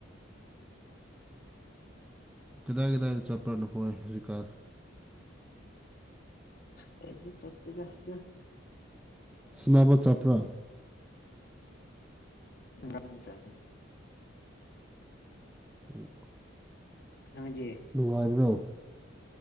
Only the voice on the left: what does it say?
ꯀ ꯆꯠꯇꯗꯗ
ꯃꯔ ꯆ
ꯍꯖꯤ